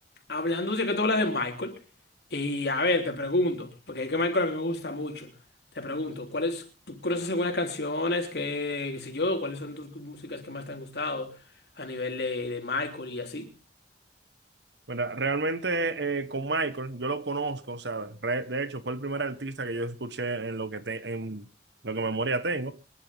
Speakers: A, on the left; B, on the right.
A: hablando de que tú hablas de Michael, y a ver, te pregunto, porque es que Michael a mí me gusta mucho. Te pregunto, ¿cuáles, tú conoces algunas canciones que, qué sé yo, cuáles son tus músicas que más te han gustado a nivel de, de Michael y así?
B: ¿Verdad? Realmente eh, con Michael, yo lo conozco, o sea, re- de hecho fue el primer artista que yo escuché en lo que, te- en lo que memoria tengo.